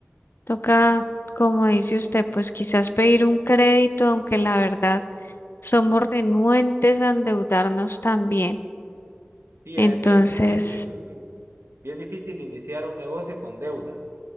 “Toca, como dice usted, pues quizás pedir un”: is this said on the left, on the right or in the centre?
Left